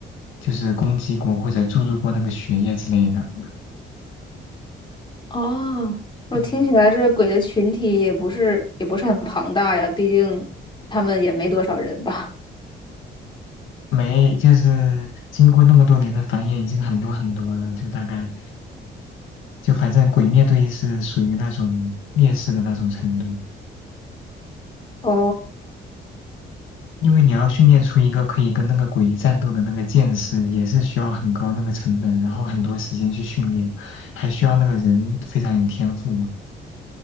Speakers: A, on the left; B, on the left.
A: 就是攻击过或者注入过那个血液之类的。
B: 哦，我听起来这个鬼的群体也不是也不是很庞大呀，
A: 嗯，
B: 毕竟他们也没多少人吧。
A: 没，就是经过那么多年的繁衍，已经很多很多了，就大概。就反正鬼灭队是属于那种劣势的那种程度，
B: <laughs> 哦，
A: 因为你要训练出一个可以跟那个鬼战斗的那个剑士，也是需要很高那个成本，然后很多时间去训练，还需要那个人非常有天赋嘛。